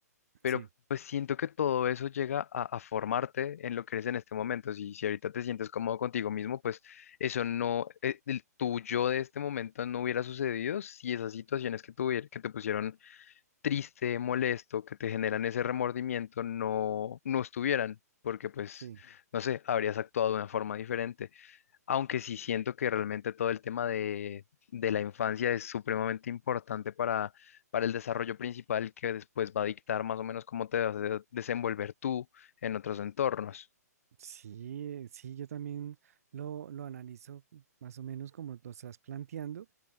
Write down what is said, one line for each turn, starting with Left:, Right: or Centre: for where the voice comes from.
Left: pero
Right: sí.
Left: pues siento que todo eso llega a, a formarte en lo que eres en este momento. Si, si ahorita te sientes cómodo contigo mismo, pues eso no, eh, el tuyo de este momento no hubiera sucedido si esas situaciones que, tuvier- que te pusieron triste, molesto, que te generan ese remordimiento, no, no estuvieran. porque pues,
Right: Sí.
Left: no sé, habrías actuado de una forma diferente. Aunque sí siento que realmente todo el tema de, de la infancia es supremamente importante para, para el desarrollo principal que después va a dictar más o menos cómo te vas a de- desenvolver tú en otros entornos.
Right: Sí, sí, yo también lo, lo analizo más o menos como lo estás planteando.